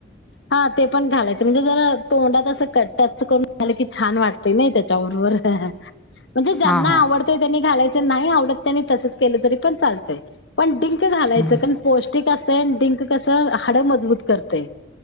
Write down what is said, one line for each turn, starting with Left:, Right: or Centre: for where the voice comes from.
Left: हा ते पण घालायचं म्हणजे तोंडात अस क टच करून झालं की छान वाटतय नाही त्याच्याबरोबर. म्हणजे ज्यांना
Centre: हां हां
Left: आवडतंय त्यांनी घालायचं नाही आवडतं त्यांनी तसंच केलं तरी पण चालतंय पण. डिंक घालायचं
Centre: बरं.
Left: कारण पौष्टिक असंतय आणि डिंक कसं हाडं मजबूत करतेय.